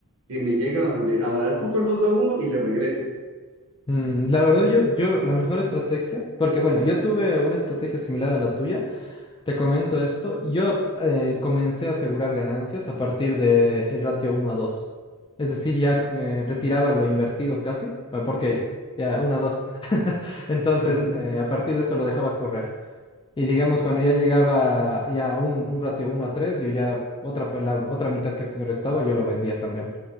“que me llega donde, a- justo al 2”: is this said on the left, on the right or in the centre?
Right